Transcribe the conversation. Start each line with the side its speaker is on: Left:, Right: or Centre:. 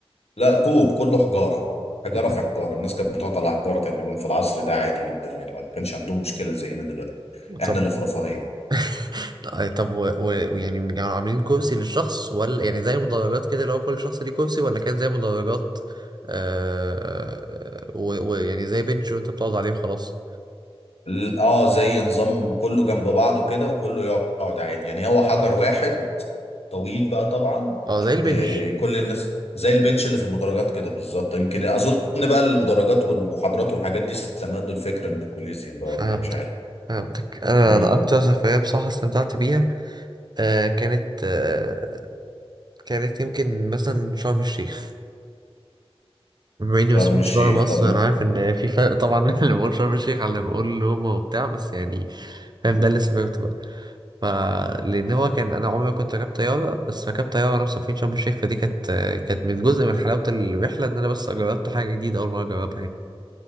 Left: لا طوب كله حجاره حجاره
Right: م-
Left: في حجاره الناس كانت بتقعد على حجاره تقريبا في العصر ده عادي جدا يعني ما كانش عندهم مشكله زينا دلوقتي احنا
Right: طب
Left: اللي في رفاهيه
Right: <laughs> آه، طب و- و- ويعني كانوا عاملين كرسي للشخص ولا يعني زي مدرجات كده لو كل شخص ليه كرسي ولا كان زي مدرجات آه و- ويعني زي بنش وانت بتقعد عليه وخلاص
Left: ال- اه زي نظام كله جنب بعضه كده وكله يقعد عادي يعني هو حجر واحد طويل بقى طبعا
Right: اه زي البنش
Left: آه، كل الناس زي البنش اللي في المدرجات كده بالظبط يمكن اظن بقى المدرجات والمحاضرات والحاجات دي استمدوا الفكره من الكوليزيوم بقى
Right: فهمتك
Left: ولا إيه، مش عارف
Right: فهمتك انا
Left: امم
Right: انا اكتر سفريه بصراحه استمتعت بيها آه كانت آه كانت يمكن مثلا شرم الشيخ بما اني ما
Left: شرم
Right: سافرتش
Left: الشيخ
Right: بره مصر
Left: طب ما
Right: انا عارف ان في فرق طبعا <laughs> بين اللي بقول شرم الشيخ على اللي بقول روما وبتاع بس يعني فاهم
Left: آه،
Right: ده اللي سافرته بقى ف لان هو كان انا عمري ما كنت راكب طياره بس ركبت طياره وانا مسافرين شرم الشيخ فدي كانت كانت من جزء من حلاوه الرحله ان انا بس جربت حاجه جديده اول مره اجربها